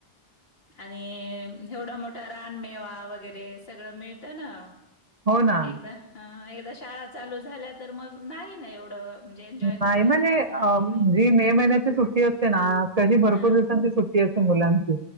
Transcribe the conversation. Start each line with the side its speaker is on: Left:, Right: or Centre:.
Left: आणि एवढा मो रानमेवा वगैरे सगळं मिळतं ना?
Right: हो ना.
Left: एकदा हा एक दा शाळा चालू झाल्या, तर मग नाही ना एवढं म्हणजे एन्जॉय
Right: नाही
Left: करणं
Right: म्हणजे
Left: होतच नाही.
Right: अ जी मे महिन्याची सुट्टी अस ते ना तशी भरपूर
Left: हा
Right: दिवसांची सुट्टी अस मुलांची